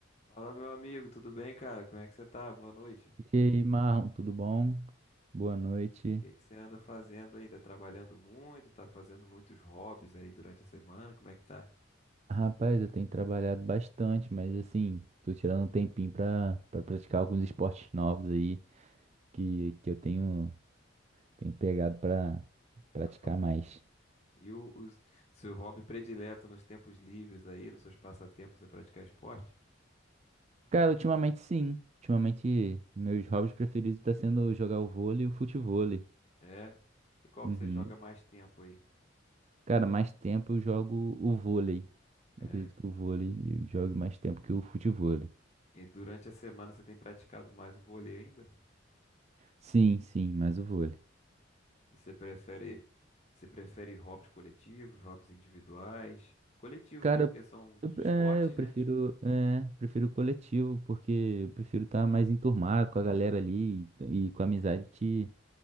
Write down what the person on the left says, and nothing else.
Fala, meu amigo, tudo bem, cara? Como é que você tá? Boa noite. O
que que você anda fazendo aí? Tá trabalhando muito? Tá fazendo muitos hobbies aí durante a semana? Como é que tá?
Pra fazer.
E o, o seu hobby predileto nos tempos livres aí, nos seus passatempos é praticar esporte?
É. E qual
que você joga mais tempo aí?
É.
E durante a semana você tem praticado mais o vôlei ainda?
E você prefere, você prefere hobbies coletivos, hobbies individuais? Coletivos,
né? Porque são os
esportes,
né?